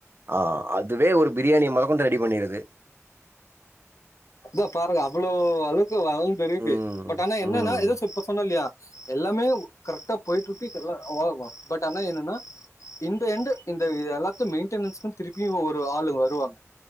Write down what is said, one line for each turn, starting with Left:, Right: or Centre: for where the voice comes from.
Right: அ இதுவே ஒரு பிரியாணி மொதக்கொண்டு ரெடி பண்ணிறது
Left: தோ பாருங்க அவ்வளோ அலு வரவு தெரியுது
Right: ம்
Left: பட் ஆனா என்னன்னா
Right: ம்
Left: ஏதோ இப்ப சொன்ன இல்லையா எல்லாமே கர்ட்டா பொயிட்டு இருக்கு பட் ஆனா என்னன்னா இந்த எண்டு் இந்த எலக்கு மெயின்டெனஸ்க்கு திருப்பியு ஒரு ஆளு வருவாங்க